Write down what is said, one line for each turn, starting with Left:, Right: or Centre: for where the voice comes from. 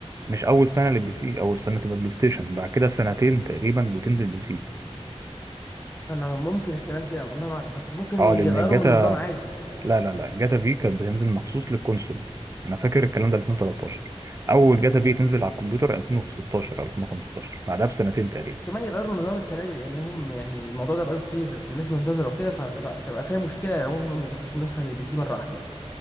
Right: مش اول سنه للبي سي اول سنه تبقى بلاي ستيشن بعد كده سنتين تقريبا وتنزل بي سي
Left: أنا ممكن احتمال كده والله ما أعرف بس ممكن
Right: اه
Left: يغيروا
Right: لان جاتا
Left: من النظام عادي
Right: لا لا لا جاتا في كانت بتنزل مخصوص للكونسول انا فاكر الكلام ده 2013 اول جاتا في تنزل على الكمبيوتر 2016 او 2015 بعدها بسنتين تقريبا
Left: احتمال يغيروا النظام السنة دي لأنهم يعني الموضوع ده بقاله كتير الناس منتظرة وكده فهتبقى هتبقى فيها مشكلة لو هم ما نزلوش النسخة زي البي سي مرة واحدة